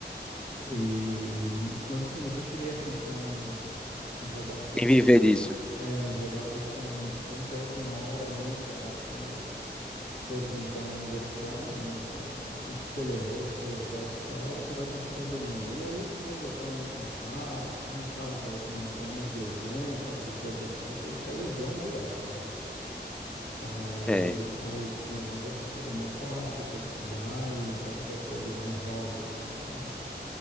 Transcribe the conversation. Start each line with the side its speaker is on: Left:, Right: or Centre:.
Left: E, mas assim, nunca cheguei a pensar em, em jogar profissio-
Centre: E viver disso.
Left: é, em jogar profissionalmente. Tanto é que na hora ali, cara, que foi para entrar na universidade, né? Você tinha que escolher, ou você vai estudar ou você vai continuar jogando. E aí, como eu já tava meio cansado, assim, sabe? Tava com algumas lesões, sabe? Que vida de atleta é é lesão direto, né, cara? Aí,
Centre: É.
Left: aí eu disse, não, eu vou sossegar meu facho, eu vou estudar e o basquete vai virar um hobby, assim, sabe?